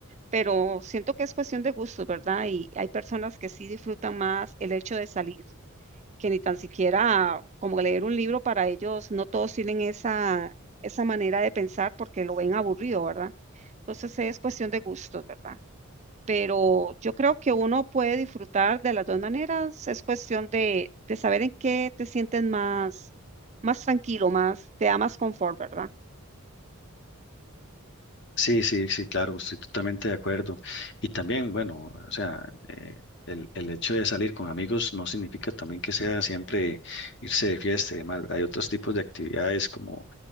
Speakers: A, on the right; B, on the left.
A: Pero siento que es cuestión de gustos, ¿verdad? Y hay personas que sí disfrutan más el hecho de salir que ni tan siquiera como leer un libro para ellos, no todos tienen esa, esa manera de pensar porque lo ven aburrido, ¿verdad? Entonces es cuestión de gustos, ¿verdad? Pero yo creo que uno puede disfrutar de las dos maneras, es cuestión de, de saber en qué te sientes más, más tranquilo, más, te da más confort, ¿verdad?
B: Sí, sí, sí, claro, estoy totalmente de acuerdo. Y también, bueno, o sea, eh, el, el hecho de salir con amigos no significa también que sea siempre irse de fiesta y demás, ¿verdad? Hay otros tipos de actividades como